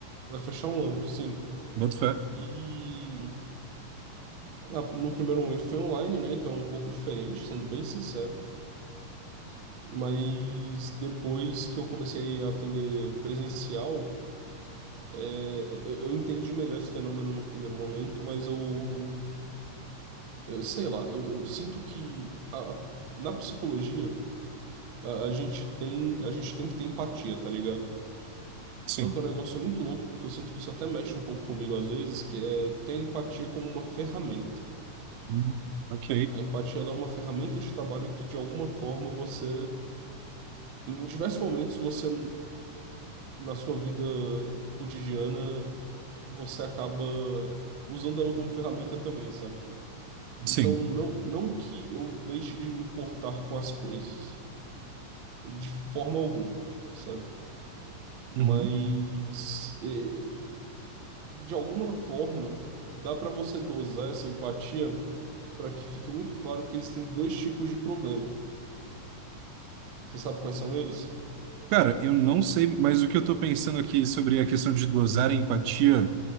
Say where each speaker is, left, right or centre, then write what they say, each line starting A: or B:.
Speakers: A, on the right; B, on the right.
A: Vai fechar um ano, sim.
B: Boto fé.
A: E ah, no primeiro momento foi online, né? Então é um pouco diferente, sendo bem sincero. Mas depois que eu comecei a atender presencial, É, eu eu entendi melhor esse fenômeno no primeiro momento, mas eu, eu sei lá, eu, eu sinto que a- a- na psicologia a, a gente tem, a gente tem que ter empatia, tá ligado?
B: Sim.
A: Só que é um negócio muito louco, porque eu sinto que isso até mexe um pouco comigo às vezes, que é ter a empatia como uma ferramenta.
B: Hum, Ok.
A: A empatia ela é uma ferramenta de trabalho que de alguma forma você, em diversos momentos você na sua vida cotidiana, você acaba usando ela como ferramenta também, sabe?
B: Sim.
A: Então, não, não que eu deixe de me importar com as coisas, de forma alguma, sabe? Mas,
B: Uhum.
A: eh, de alguma forma, dá para você dosar essa empatia para que fique muito claro que existem dois tipos de problema. Você sabe quais são eles?
B: Cara, eu não sei, mas o que eu estou pensando aqui sobre a questão de dosar a empatia